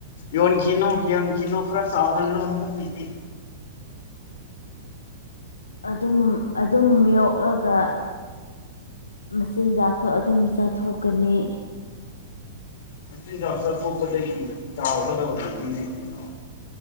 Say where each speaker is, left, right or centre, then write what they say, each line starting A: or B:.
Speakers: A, on the left; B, on the left.
A: ꯌꯣꯟꯈꯤꯅꯨ ꯌꯣꯟꯈꯤꯅꯨ ꯈꯔ ꯆꯥꯎꯍꯜꯂꯨ ꯍꯟꯗꯛꯀꯤꯗꯤ
B: ꯑꯗꯨꯝ ꯑꯗꯨꯝ ꯌꯣꯛꯔꯒ ꯃꯆꯤꯟꯖꯥꯛꯁꯨ ꯑꯗꯨꯝ ꯆꯥꯊꯣꯛꯀꯅꯤ
A: ꯃꯆꯤꯟꯖꯥꯛ ꯆꯥꯊꯣꯛꯄꯗꯒꯤ ꯆꯥꯎꯒꯗꯧꯔꯤꯅꯤꯅꯦ ꯀꯩꯅꯣ